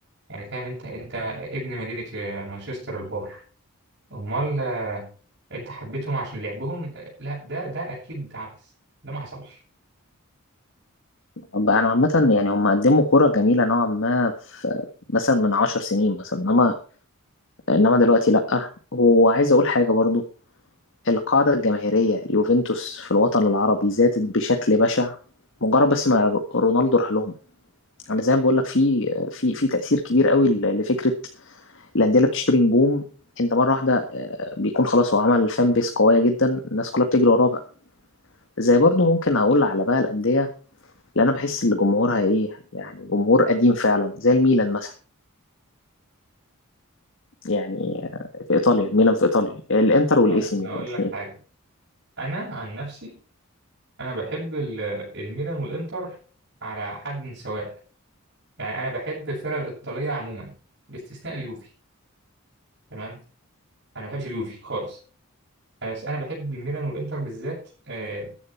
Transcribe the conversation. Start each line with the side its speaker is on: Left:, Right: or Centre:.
Right: يعني فاهم انت انت ابن مدينة آه، مانشستر البار امال آه، انت حبيتهم عشان لعبهم آه، لا ده ده اكيد عبث ده ما حصلش
Left: بقى انا عامه يعني هم قدموا كره جميله نوعا ما في مثلا من عشر سنين مثلا انما انما دلوقتي لا وعايز اقول حاجه برضه القاعده الجماهيريه اليوفنتوس في الوطن العربي زادت بشكل بشع مجرد بس ما رونالدو راح لهم انا زي ما بقول لك في في في تأثير كبير قوي ل- لفكرة الانديه اللي بتشتري نجوم انت مره واحده آه، بيكون خلاص هو عمل فان بيس قويه جدا الناس كلها بتجري وراه بقى زي برضو ممكن اقول على بقى الانديه اللي انا بحس ان جمهورها ايه يعني جمهور قديم فعلا زي الميلان مثلا يعني آه، في ايطاليا ميلان في ايطاليا الانتر والاي
Right: آه،
Left: سي ميلان
Right: هقول
Left: الاثنين
Right: لك حاجة انا عن نفسي انا بحب ال- الميلان والانتر على حد سواء يعني انا بحب الفرق الايطالية عموما باستثناء اليوفي تمام انا ما بحبش اليوفي خالص بس انا بحب الميلان والانتر بالذات آه،